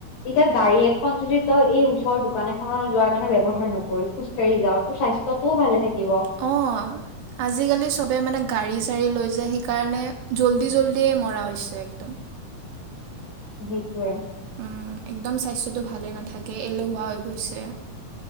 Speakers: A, on the left; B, on the right.
A: এতিয়া গাড়ী এখন যদি তই এই ওচৰৰ দোকান এখনৰ যোৱাৰ কাৰণে ব্যৱহাৰ নকৰি খোজ কাঢ়ি যাও তোৰ স্বাস্থ্যতটোও ভালে থাকিব।
B: অঁ। আজিকালি চবে মানে গাড়ী-চাড়ী লৈ যায়, সেইকাৰণে, জল্দি-জল্দিয়ে মৰা হৈছে, একদম।
A: সেইটোৱে।
B: উম, একদম স্বাস্থ্যটো ভালে নাথাকে, এলেহুৱা হৈ গৈছে।